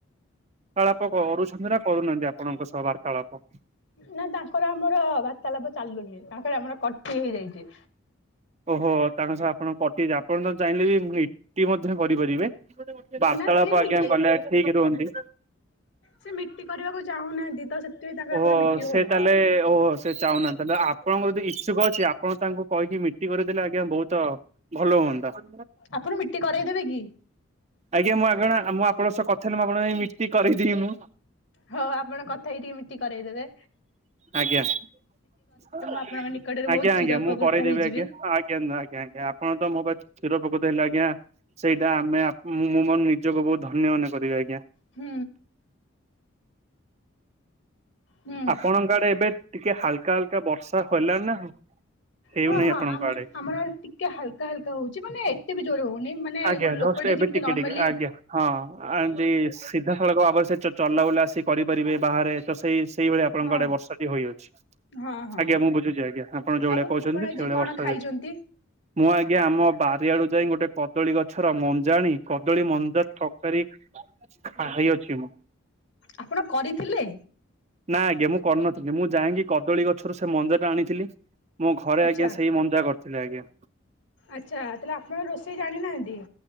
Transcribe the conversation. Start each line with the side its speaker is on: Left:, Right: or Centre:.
Right: <inaudible> କରୁଛନ୍ତି ନା କରୁନାହାନ୍ତି ଆପଣଙ୍କ ସହ ବାର୍ତ୍ତାଳାପ?
Left: ନା, ତାଙ୍କର ଆମର ବାର୍ତ୍ତାଳାପ ଚାଲୁନି। ତାଙ୍କର ଆମର କଟି ହେଇଯାଇଛି।
Right: ଓହୋ, ତାଙ୍କ ସହ ଆପଣ କଟି ଯାଇଛି! ଆପଣ ତ ଜାଣିଲେ ବି, ମୁ <unintelligible> କରିପାରିବେ ବାର୍ତ୍ତାଳାପ
Left: ନା ସିଏ ମିଟି
Right: ଆଜ୍ଞା, ଗଲେ ଠିକ୍ ରୁହନ୍ତି।
Left: ସେ ମିଟି କରିବାକୁ ଚାହୁଁନାହାନ୍ତି। <unintelligible>
Right: ଓହୋ, ସେ
Left: ହଉନି।
Right: ତାହେଲେ ଓହୋ ସେ ଚାହୁନାହାନ୍ତି? ତାହେଲେ ଆପଣଙ୍କର ଯ ଇଚ୍ଛୁକ ଅଛି, ଆପଣ ତାଙ୍କୁ କହିକି ମିଟି କରିଦେଲେ ଆଜ୍ଞା, ବହୁତ ଭଲ ହୁଅନ୍ତା। <inaudible>
Left: ଆପଣ ମିଟି କରେଇଦେବେ କି?
Right: ଆଜ୍ଞା, ମୁଁ ଆଗଣା ମୁଁ ଆପଣଙ୍କ ସହ କଥା ନ, ମୁଁ ଆପଣ ମିଟି କରିଦେବି ମୁଁ।
Left: ହଉ, ଆପଣ କଥା ହେଇକି ମିଟି କରଇଦେବେ?
Right: ଆଜ୍ଞା। ଆଜ୍ଞା
Left: ଆପଣଙ୍କ ନିକଟରେ ବହୁତ
Right: ଆଜ୍ଞା,
Left: ଚିର ଉପକୃତ
Right: ମୁଁ କରେଇଦେବି
Left: ହେଇଯିବି।
Right: ଆଜ୍ଞା ଆଜ୍ଞା ଆଜ୍ଞା ଆ <unintelligible> ଆଜ୍ଞା। ସେଇଟା ଆମେ ମୁଁ ମ ନିଜକୁ ବହୁତ ଧନ୍ୟ ମନେ କରିବେ, ଆଜ୍ଞା।
Left: ହୁଁ। ହୁଁ।
Right: ଆପଣଙ୍କ ଆଡେ ଏବେ ଟିକେ ହାଲକା ହାଲକା ବର୍ଷା ହେଲାଣି ନା, ହେଉନାହିଁ
Left: ହଁ ହଁ
Right: ଆପଣଙ୍କ
Left: ଆମ
Right: ଆଡେ?
Left: ଆମର ଆ ଟିକେ ହାଲକା ହାଲକା ହଉଛି। ମାନେ, ଏତ ବି ଜୋର ହଉନି, ମାନେ
Right: ଆଜ୍ଞା
Left: ଗୋଟେ
Right: ଜଷ୍ଟ
Left: ଲୋକଟେ
Right: ଏବେ
Left: ଯେମିତି
Right: ଟିକେ
Left: ନର୍ମାଲି
Right: ଟିକେ ଆଜ୍ଞା ହଁ, ଏମିତି ସିଧାସଳଖ ଭାବରେ ସେ ଚଲାବୁଲା ସେ କରିପାରିବେ ବାହାରେ। ତ ସେଇ ସେଇଭଳିଆ ଆପଣଙ୍କ
Left: ହଁ
Right: ଆଡେ ବର୍ଷାଟି ହୋଇ ଅଛି।
Left: ହଁ ହଁ।
Right: ଆଜ୍ଞା, ମୁଁ ବୁଝୁଛି। ଆଜ୍ଞା ଆପଣ ଯୋଉ
Left: ଆଉ
Right: ଭଳିଆ କହୁଛନ୍ତି,
Left: ଆପଣ ଆଜି
Right: ସେଇଭଳିଆ
Left: କଣ
Right: ବର୍ଷା
Left: ଖାଇଛନ୍ତି?
Right: ହେଇଛି। ମୁଁ ଆଜ୍ଞା, ଆମ ବାରିଆଡୁ ଯାଇ ଗୋଟେ କଦଳୀ ଗଛର ମଞ୍ଜାଣିୀ କଦଳୀ ମଞ୍ଜା ତରକାରୀ ଖାଇଅଛି ମୁଁ।
Left: ଆପଣ କରିଥିଲେ?
Right: ନାଁ ଆଜ୍ଞା, ମୁଁ କରିନଥିଲି। ମୁଁ ଯାଇକି କଦଳୀ ଗଛରୁ ସେ ମଞ୍ଜା ଟା ଆଣିଥିଲି। ମୁଁ ଘରେ
Left: ଆଚ୍ଛା
Right: ଆଜ୍ଞା ସେଇ ମଞ୍ଜା କରିଥିଲି ଆଜ୍ଞା।
Left: ଆଚ୍ଛା ତାହେଲେ ଆପଣଙ୍କ ରୋଷେଇ ଜାଣିନାହାଁନ୍ତି?